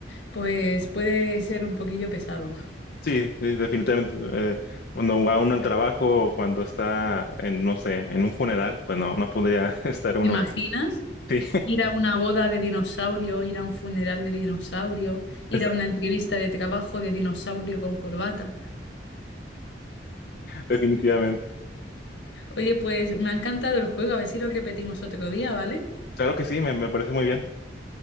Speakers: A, on the left; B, on the left.
A: pues puede ser un poquillo pesado.
B: Sí, sí, definitivamente. eh, cuando va uno al trabajo o cuando está en, no sé, en un funeral, pues no, no podría <laughs> estar uno.
A: ¿Te imaginas?
B: Sí,
A: Ir a una boda de dinosaurio, ir a un funeral de dinosaurio, ir
B: <laughs>
A: a una entrevista de trabajo de dinosaurio con corbata.
B: definitivamente.
A: Oye, pues me ha encantado el juego, a ver si lo repetimos otro día, ¿vale?
B: Claro que sí, me, me parece muy bien.